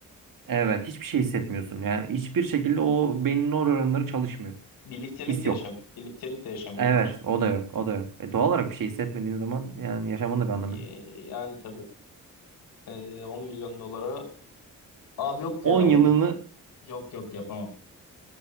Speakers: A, on the right; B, on the left.
A: Evet, hiçbir şey hissetmiyorsun. Yani hiçbir şekilde o beynin nöronları çalışmıyor.
B: Birliktelik
A: His
B: de
A: yok.
B: yaşam, birliktelik de yaşamıyorum
A: Evet,
B: hiç.
A: o da yok, o da yok. E, doğal olarak bir şey hissetmediğin zaman yani yaşamanın da bir anlamı
B: Ee,
A: yok.
B: Yani tabii. Ee, 10 milyon dolara abi yok
A: 10
B: ya
A: yılını
B: 10 milyon. Yok yok yapamam.